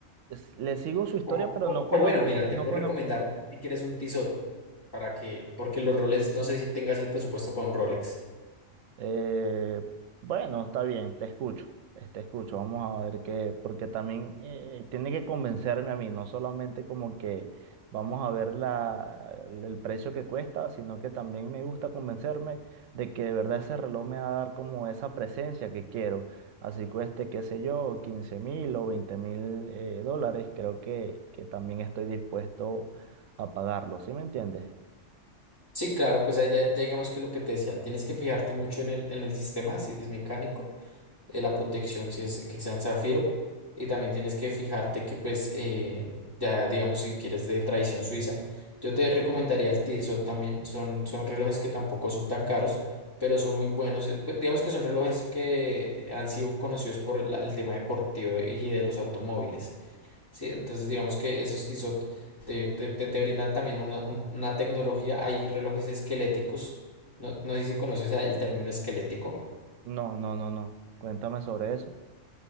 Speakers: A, on the right; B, on the left.
A: es- le sigo su historia,
B: O,
A: pero
B: o-
A: no conozco,
B: o bueno, mira,
A: no
B: te puedo
A: conozco
B: recomendar
A: como
B: si quieres un Tissot para que, porque los roles, no sé si tengas el presupuesto para un Rolex.
A: Eh, bueno, está bien, te escucho, eh, te escucho. Vamos a ver qué, porque también eh, tiene que convencerme a mí, no solamente como que vamos a ver la, el precio que cuesta, sino que también me gusta convencerme de que de verdad ese reloj me va a dar como esa presencia que quiero. Así cueste, qué sé yo, quince mil o veinte mil eh, dólares, creo que, que también estoy dispuesto a pagarlo, ¿sí me entiendes?
B: Sí, claro, pues ahí ya, ya digamos que lo que te decía, tienes que fijarte mucho en el, en el sistema, si es mecánico. eh, la protección si es que sea en zafiro. Y también tienes que fijarte que pues eh, ya digamos si quieres de tradición suiza. Yo te recomendaría el Tissot también. Son, son relojes que tampoco son tan caros, pero son muy buenos. Eh, bu- Digamos que son relojes que han sido conocidos por la- el tema deportivo y de los automóviles. Sí, entonces digamos que esos Tissot te, te- te- te brindan también una, un- una tecnología. Hay relojes esqueléticos. No, no sé si conoces el término esquelético.
A: No, no, no, no. Cuéntame sobre eso.